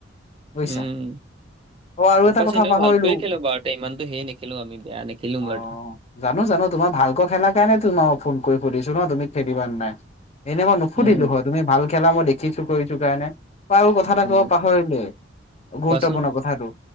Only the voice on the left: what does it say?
বুজিছা
অ আৰু
এটা
কথা
পাহৰিলো
অ
জানো জানো তোমাৰ ভালৈ খেলা কাৰে তোমাকো ফোন কৰি। সুধিছো ন তুমি খেলিব নে নাই এনেই মই নোধিলো
হয় তুমি ভাল খেলা মই দেখি। চো কৰিছো কাৰণে। বাৰু কথা এটা
কব পাহৰিলে গুৰুত্বপূৰ্ণ
কথাটো